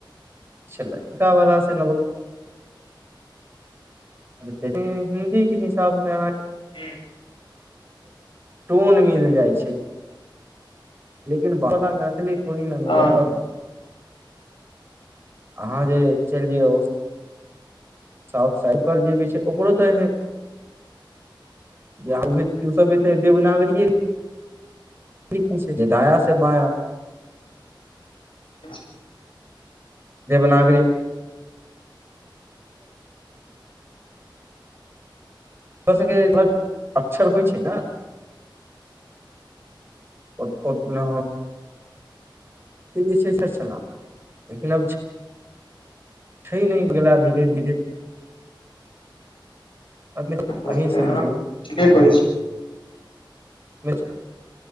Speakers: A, on the right (about 30°); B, on the left (about 80°).
A: लड़का वाला से। <unintelligible>
B: जी।
A: टोन मिल जाइ छै लेकिन बा मैथिली थोड़ी न मिलत
B: हँ
A: अब। अहाँ जे चलि जइौ साउथ सएड ओकर जे भी छै ओकरो तऽ जे सभ ते देवनागरीए लिखा जदा से बाया
B: <inaudible>
A: देवनागरी। ओरा सभकेग अक्षर होइ छै ने पतना जे छैला लेकिनब छै नहि गेला धीरे धीरे। आप
B: भऽ
A: अही
B: गेलै
A: समझू
B: हँ ठीके कहै छी।
A: निा